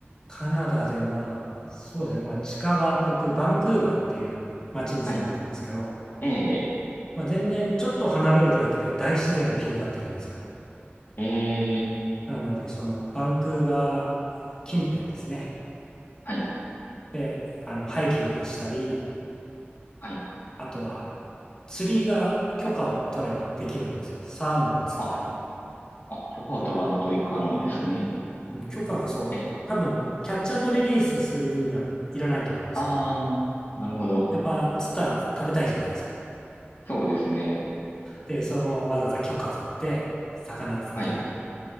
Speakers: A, on the left (about 20°); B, on the left (about 55°).
A: カナダでは、そうですね、まあ近場、僕、バンクーバーっていう街に住んでたんですけど、
B: はい。え
A: まあ全然ちょっと離れるだけで大自然が広がってるんですよ。
B: ー、えー、
A: なので、そのバンクーバー近辺ですね。
B: はい、
A: で、あの、ハイキングしたり、
B: はい。
A: あとは釣りが許可を取ればできるんですよ。サーモン釣ったり。
B: あ、あ、許可を取らんといかんのですね。
A: うん許可がそう、
B: え、
A: 多分、キャッチリリースする分にはいらないと思うんですけど、
B: ああ、なるほど。
A: やっぱ釣ったら食べたいじゃないですか。
B: そうですね。
A: で、そのわざわざ許可取って、魚釣ってみ、
B: はい。